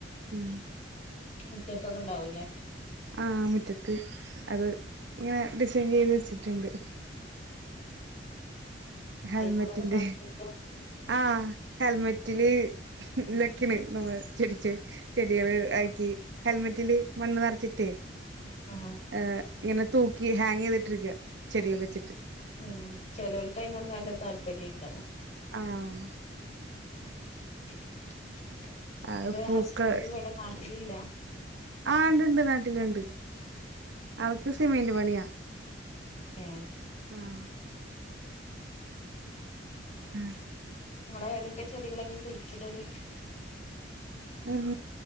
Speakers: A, on the right; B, on the left.
A: ഉം
B: മുറ്റത്തൊക്കെ ഉണ്ടാവൂല്ലേ
A: ആഹ് മുറ്റത്ത് അത് ഇങ്ങനെ ഡിസൈൻ ചെയ്ത് വെച്ചിട്ടുണ്ട് ഹെൽമെറ്റിന്റെ
B: അയിനോടൊക്കെ <inaudible>
A: ആഹ് ഹെൽമെറ്റില് ലക്കിണ് നമ്മള് ചെടിച്ച് ചെടികള് ആക്കി ഹെൽമെറ്റില് മണ്ണ് നിറച്ചിട്ടേ
B: ആഹ് ആഹ്
A: ആഹ് ഇങ്ങനെ തൂക്കി ഹാങ് ചെയ്തിട്ടിരിക്കുക ചെടികൾ വെച്ചിട്ട്
B: ഉം ചിലർക്ക് അതിനോട് നല്ല താല്പര്യംക്കാര
A: ആഹ്
B: <inaudible>
A: അത്
B: ഇത്
A: പൂക്കൾ
B: ഹസ്ബൻഡ് ഇവിടെ നാട്ടിലില്ല
A: ആ ഉണ്ടണ്ട് നാട്ടിലുണ്ട് ആൾക്ക് സിമെന്റ് പണിയാ
B: ഏ
A: ആഹ് ആഹ്
B: നിങ്ങളെ ഏതൊക്കെ ചെടികളൊക്കെ കുഴിച്ചിടലും
A: ഉം